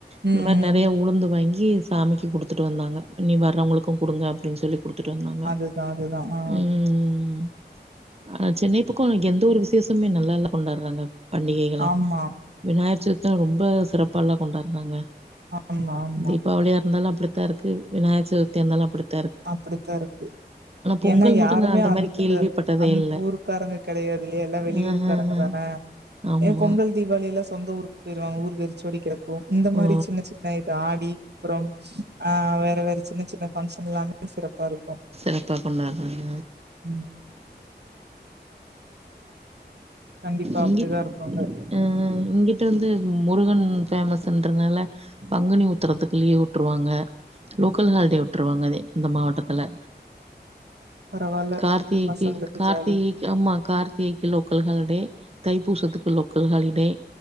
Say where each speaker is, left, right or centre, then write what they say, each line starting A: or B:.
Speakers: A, on the right; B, on the right.
A: ம்
B: இந்தமார் நெறைய உளுந்து வாங்கி சாமிக்கி குடுத்துட்டு வந்தாங்க இனி வர்றவங்களுக்கும் குடுங்க அப்டின் சொல்லி குடுத்துட்டு வந்தாங்க
A: அதுதா அதுதா ஆ
B: ம் ம் ம் அ சென்னை பக்கொ எந்த ஒரு விசேஷமே நல்லால்ல கொண்டாறாங்க பண்டிகைகள
A: ஆமா
B: விநாயகர் சதுர்த்த ரொம்ப சிறப்பால்ல கொண்டார்றாங்க
A: ஆமா ஆமா
B: தீபாவளியாருந்தாலு அப்டித்தாருக் கு விநாயக சதுர்த்தியாருந்தாலு அப்புடித்
A: அப்புடித்தாருக்கு
B: பொங்கல்
A: ஏனா
B: மட்டும்
A: யாருமே
B: நான்
A: அந்த
B: மாரி கேள்விப்பட்டதே
A: அந்த
B: இல்ல.
A: ஊருக் காரங்க கெடையாதில்லயா எல்லா வெளியூர்க்காரங்கதான
B: அ, அ, அ. ஆமா.
A: ஏன் பொங்கல் தீபாவளியெல்லா சொந்த ஊருக் போய்ருவாங்க ஊர் வெருச்சோடி கெடக் கு இந்த மாரி
B: ஓ!
A: சின்ன சின்ன இப்ப ஆடி அப்றம் அ வேற வேற சின்ன சின்ன ஃபங்க்ஷன் எல்லாமே சிறப்பாருக்கு
B: சிறப்பா கொண்டார்றாங்க
A: ம் கண்டிப்பா
B: இங்க
A: அப்டிதா இருப்பாங்க
B: அ இங்கிட்டு வந்து முருகன் ஃபேமஸ்ன்றனால பங்குனி உத்துறதுக்கு லீவு வுட்ருவாங்க லோக்கல் ஹாலிடே விட்ருவாங்கே இந்த மாவட்டத்துல
A: பரவால்ல
B: கார்த்திகைக்கு
A: பசங்களுக்கு
B: கார்த்திகை
A: ஜாலி
B: ஆமா கார்த்திகைக்கு லோக்கல் ஹாலிடே தைபூசத்துக்கு லோக்கல் ஹாலிடே